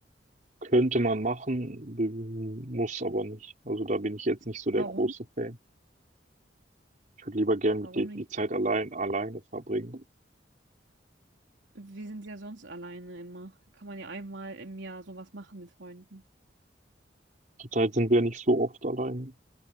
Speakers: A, on the right; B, on the right.
A: könnte man machen, b- muss aber nicht. Also da bin ich jetzt nicht so der
B: Warum?
A: große Fan. Ich würde lieber gern mit
B: Warum
A: dir die
B: nicht?
A: Zeit allein, alleine verbringen.
B: Wir sind ja sonst alleine immer. Kann man ja einmal im Jahr sowas machen mit Freunden.
A: Zurzeit sind wir nicht so oft allein